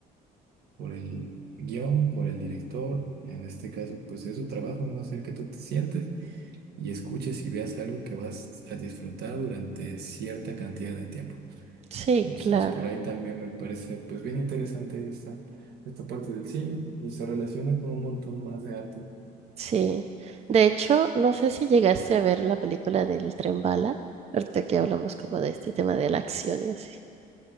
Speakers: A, on the right (about 70°); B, on the right (about 40°).
A: por el guión, por el director. En este caso, pues es su trabajo, ¿no? Hacer que tú te sientes y escuches y veas algo que vas a disfrutar durante cierta cantidad de tiempo.
B: sí,
A: Entonces,
B: claro,
A: por ahí también me parece, pues, bien interesante esta, esta parte del cine y se relaciona con un montón más de arte.
B: sí. De hecho, no sé si llegaste a ver la película del Tren Bala, ahorita que hablamos como de este tema de la acción y así.